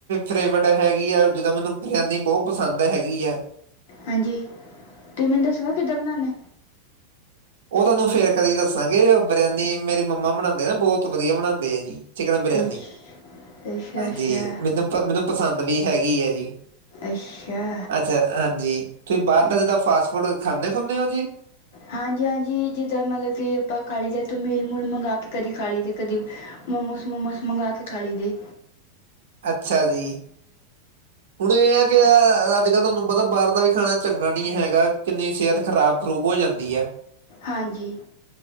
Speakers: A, on the right; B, on the left.
A: ਫੇਵਰੇਟ ਹੈਗੀ ਆ, ਜਿੱਦਾਂ ਮੈਨੂੰ ਬਿਰਿਆਨੀ ਬਹੁਤ ਪਸੰਦ ਹੈਗੀ ਆ।
B: ਹਾਂਜੀ, ਤੁਸੀਂ ਮੈਨੂੰ ਦੱਸੋਗੇ ਕਿੱਦਾਂ ਬਣਾਉਦੇ?
A: ਉਹ ਤੁਹਾਨੂੰ ਫੇਰ ਕਦੇ ਦੱਸਾਂਗੇ, ਬਿਰਿਆਨੀ ਮੇਰੀ ਮੰਮਾ ਬਣਾਉਂਦੇ ਆ, ਬਹੁਤ ਵਧੀਆ ਬਣਾਉਂਦੇ ਆ ਜੀ। ਚਿਕਨ ਬਿਰਯਾਨੀ,
B: ਅੱਛ ਅੱਛਾ
A: ਹਾਂਜੀ
B: ਅੱਛਾ
A: ਮੈਨੂੰ- ਮੈਨੂੰ ਪਸੰਦ ਵੀ ਹੈਗੀ ਆ ਜੀ।
B: ਅੱਛਾ
A: ਅੱਛਾ ਹਾਂਜੀ, ਤੁਸੀਂ ਬਾਹਰ
B: ਹਾਂਜੀ
A: ਦਾ ਜਿੱਦਾਂ ਫਾਸਟ ਫੂਡ ਖਾਂਦੇ ਹੁੰਦੇ ਹੋ ਜੀ?
B: ਹਾਂਜੀ- ਹਾਂਜੀ, ਜਿੱਦਾਂ ਮਤਲਬ ਕਿ ਆਪਾਂ ਖਾਲੀ ਦਾਥ ਮੀਲ ਮੂਲ ਮੰਗਾ ਕੇ ਕਦੇ ਖਾਲੀ ਤੇ ਕਦੇ। ਮੋਮੋਸ- ਮੋਮੋਸ ਮੰਗਵਾ ਕੇ ਖਾ ਲਿੱਦੇ।
A: ਅੱਛਾ ਜੀ। ਹੁਣ ਇਹ ਹੈ ਕਿ ਅੱਜ ਕੱਲ ਪਤਾ ਬਾਹਰ ਦਾ ਵੀ ਖਾਣਾ ਚੰਗਾ ਨੀ ਹੈਗਾ, ਕਿੰਨੀ ਸਿਹਤ ਖ਼ਰਾਬ। ਖ਼ਰੂਬ ਹੋ ਜਾਂਦੀ ਹੈ।
B: ਹਾਂਜੀ